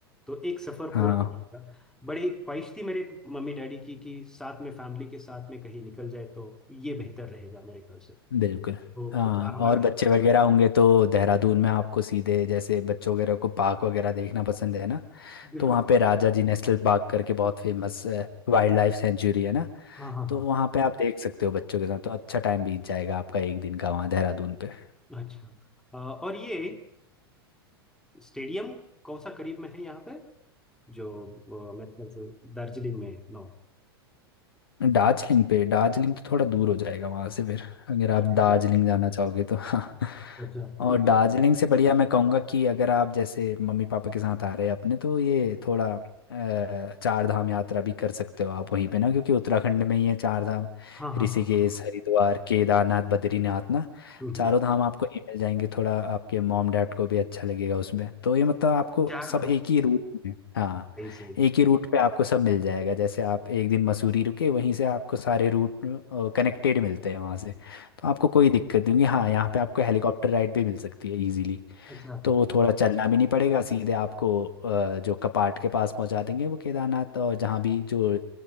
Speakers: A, in the centre; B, on the left (about 65°).
A: तो एक सफ़र
B: हाँ
A: पूरा हो जाएगा बड़ी ख्वाहिश थी मेरे मम्मी डैडी की कि साथ में फैमिली के साथ में कहीं निकल जाए तो ये बेहतर रहेगा मेरे ख्याल से
B: बिल्कुल
A: तो
B: हाँ
A: पर हमारा
B: और बच्चे वगैरह होंगे तो देहरादून में आपको सीधे जैसे बच्चों वगैरह को पार्क वगैरह देखना पसंद है ना
A: बिल्कुल
B: तो वहाँ पे राजा जी नेशनल पार्क करके बहुत फेमस वाइल्ड लाइफ सेंचुरी है ना
A: हाँ हाँ
B: तो
A: हाँ
B: वहाँ पे आप देख सकते हो बच्चों के साथ तो अच्छा टाइम बीत जाएगा आपका एक दिन का वहाँ देहरादून पे
A: अच्छा अ, और ये अ, स्टेडियम कौन सा करीब में है यहाँ पे जो अ, मेरे ख्याल से दार्जिलिंग में है। नो
B: दार्जिलिंग पे दार्जिलिंग तो थोड़ा दूर हो जाएगा वहां से फिर अगर आप
A: अच्छा
B: दार्जिलिंग जाना चाहोगे तो हाँ
A: अच्छा।
B: और
A: मतलब
B: दार्जिलिंग से बढ़िया मैं कहूँगा कि अगर आप जैसे मम्मी पापा के साथ आ रहे हैं अपने तो ये थोड़ा अ, चार धाम यात्रा भी कर सकते हो आप वहीं पे ना क्योंकि उत्तराखंड में ही है चार धाम
A: हाँ हाँ
B: ऋषिकेश
A: हाँ हाँ
B: हरिद्वार केदारनाथ बद्रीनाथ ना
A: हम्म
B: चारों
A: हम्म।
B: धाम आपको ये मिल जाएंगे थोड़ा आपके मॉम डैड को भी अच्छा लगेगा उसमें तो ये मतलब आपको
A: चार
B: सब
A: धाम
B: एक ही रूट में हाँ
A: सही सही
B: एक ही रूट पे आपको सब मिल जाएगा जैसे आप एक दिन मसूरी रुके वहीं से आपको सारे रूट कनेक्टेड मिलते हैं वहाँ से तो आपको कोई दिक्कत नहीं होगी हाँ यहाँ पे आपको हेलीकॉप्टर राइड भी मिल सकती है इजीली
A: अच्छा
B: तो वो थोड़ा चलना भी नहीं पड़ेगा सीधे आपको अ, जो कपाट के पास पहुँचा देंगे वो केदारनाथ और जहाँ भी जो